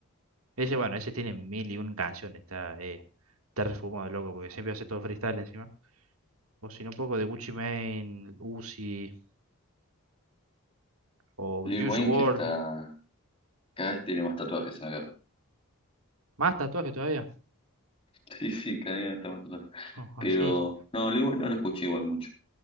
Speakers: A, on the right (about 75°); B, on the left (about 25°).
A: Ese, bueno, ese tiene mil y un canciones, está, eh, está refumado, loco, porque siempre hace todo freestyle encima. O si no, un poco de Gucci Mane, Uzi, o
B: Lil
A: Juice
B: Wayne
A: WRLD,
B: que está, cada vez tiene más tatuajes en la cara.
A: más tatuajes todavía.
B: <laughs> Sí, sí, cada día está más tatuajes.
A: Oh,
B: Pero,
A: así, es.
B: no, Lil Wayne no lo escuché igual mucho.